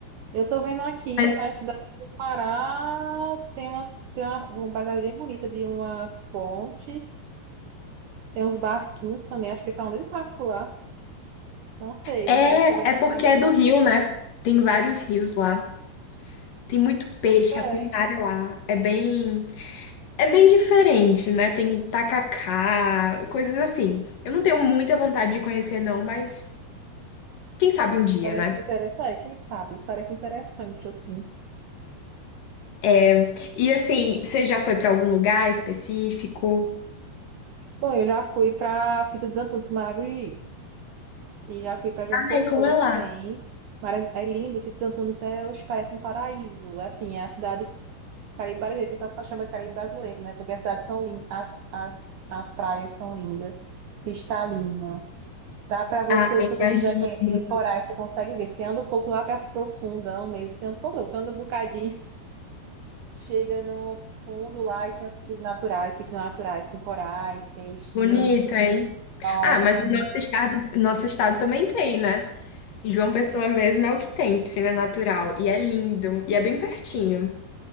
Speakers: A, on the right; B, on the left.
A: Eu tô vendo aqui
B: Mas
A: as cidades do Pará. Tem, umas, tem uma, uma paisagem bem bonita de uma fonte. Tem uns barquinhos também. Acho que eles são de barco lá. Não sei,
B: é,
A: mas tô vendo
B: é
A: a
B: porque
A: cidade
B: é
A: aqui.
B: do Rio, né? Tem vários rios lá. Tem muito peixe,
A: Pois é.
B: a culinária lá é bem é bem diferente, né? Tem tacacá, coisas assim. Eu não tenho muita vontade de conhecer não, mas quem sabe um dia,
A: Parece
B: né?
A: interessante, é, quem sabe? Parece interessante, assim.
B: É, e assim, você já foi pra algum lugar específico?
A: Bom, eu já fui para Sítio dos Antunes, Maragogi, e já fui para João Pessoa
B: Ai, como é lá?
A: também. Mara- É lindo, Sítio dos Antunes é, oxe, parece um paraíso. É assim, é a cidade Caribe brasileira, o pessoal fa- chama de Caribe brasileiro, né? Porque as cidades são lindas, as, as, as praias são lindas, cristalinas. Dá para você,
B: Ah, imagina.
A: se você quiser conhe- coragem, você consegue ver. Você anda um pouco lá para profundão mesmo, você anda um pouco, não, você anda um bocadinho. chega no fundo lá e tem as piscinas naturais, piscinas naturais com corais, peixinhos.
B: Bonito, hein?
A: Nossa,
B: Ah, mas o nosso estado, o nosso estado também tem, né? Em João Pessoa mesmo é o que tem, piscina natural. E é lindo. E é bem pertinho.